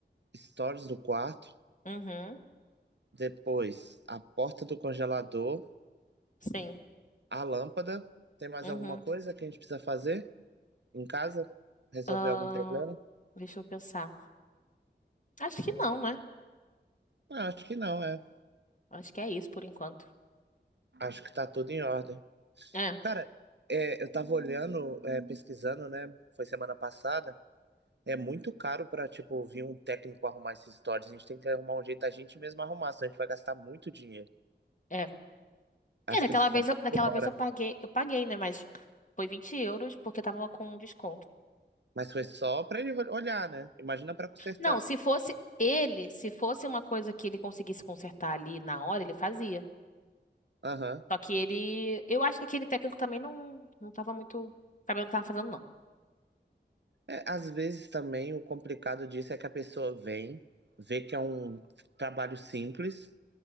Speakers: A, on the right; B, on the left.
A: Stories do quarto.
B: Uhum.
A: Depois, a porta do congelador,
B: Sim.
A: a lâmpada. Tem mais
B: Uhum.
A: alguma coisa que a gente precisa fazer em casa? Resolver
B: Ahn,
A: algum problema?
B: deixa eu pensar. Acho que não, né?
A: Ah, acho que não, é.
B: Acho que é isso por enquanto.
A: Acho que tá tudo em ordem.
B: É,
A: Cara, é, eu tava olhando, é, pesquisando, né? Foi semana passada. É muito caro pra, tipo, vir um técnico arrumar esses stories. A gente tem que arrumar um jeito da gente mesmo arrumar, senão a gente vai gastar muito dinheiro.
B: é.
A: Acho
B: É, daquela
A: que eles compram
B: vez, eu- daquela
A: por hora.
B: vez eu paguei, eu paguei, né? Mas foi 20 euros porque tava com um desconto.
A: Mas foi só pra ele olhar, né? Imagina pra consertar.
B: Não, se fosse ele, se fosse uma coisa que ele conseguisse consertar ali na hora, ele fazia.
A: Aham.
B: Só que ele, eu acho que aquele técnico também não, não tava muito sabendo o que tava fazendo, não.
A: É, às vezes também o complicado disso é que a pessoa vem, vê que é um trabalho simples